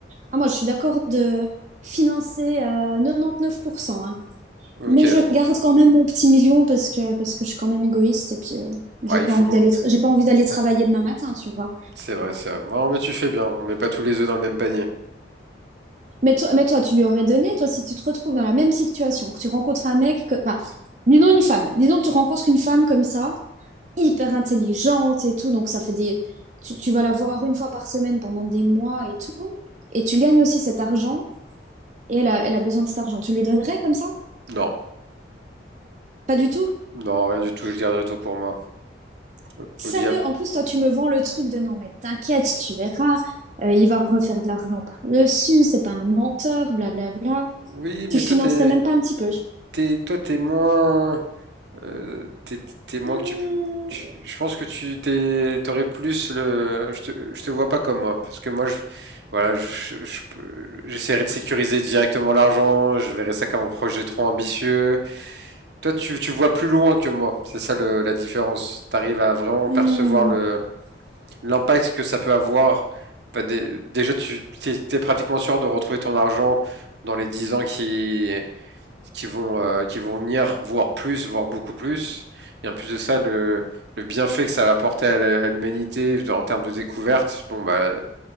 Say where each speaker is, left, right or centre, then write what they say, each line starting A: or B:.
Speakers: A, on the right (about 40°); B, on the right (about 70°).
A: Ah, moi, je suis d'accord de financer à 99%, hein.
B: ok.
A: mais je garde quand même mon petit million parce que, parce que je suis quand même égoïste et puis euh,
B: Bah,
A: j'ai
B: il
A: pas
B: faut.
A: envie d'aller tra- j'ai pas envie d'aller travailler demain matin, tu vois.
B: C'est vrai, c'est vrai. Non, mais tu fais bien. On met pas tous les œufs dans le même panier.
A: Mais toi, mais toi, tu lui aurais donné, toi, si tu te retrouves dans la même situation, que tu rencontres un mec, que, enfin, disons une femme, disons que tu rencontres une femme comme ça, hyper intelligente et tout, donc ça fait des... Tu, tu vas la voir une fois par semaine pendant des mois et tout, et tu gagnes aussi cet argent Et elle a, elle a besoin de cet argent. Tu lui donnerais comme ça?
B: Non.
A: Pas du tout?
B: Non, rien du tout. Je garderai tout pour moi. Au,
A: Sérieux,
B: au diable.
A: en plus, toi, tu me vends le truc de non, mais t'inquiète, tu verras, euh, il va refaire de l'argent par-dessus, c'est pas un menteur, blablabla.
B: Oui,
A: Tu
B: mais
A: financerais
B: toi t'es
A: même pas un petit peu.
B: t'es toi t'es moins euh, t'es t'es moins
A: Hmm,
B: que tu, tu- je pense que tu t'es t'aurais plus le je te, je te vois pas comme moi parce que moi je voilà je, je peux- j'essaierai de sécuriser directement l'argent je verrai ça comme un projet trop ambitieux toi tu tu vois plus loin que moi c'est ça le, la différence t'arrives à vraiment
A: hmm,
B: percevoir le l'impact que ça peut avoir Bah, dé- déjà tu t'es t'es pratiquement sûr de retrouver ton argent dans les 10 ans qui qui vont, euh, qui vont venir voir plus, voir beaucoup plus. Et en plus de ça, le, le bienfait que ça va apporter à l'humanité en termes de découverte, bon, bah,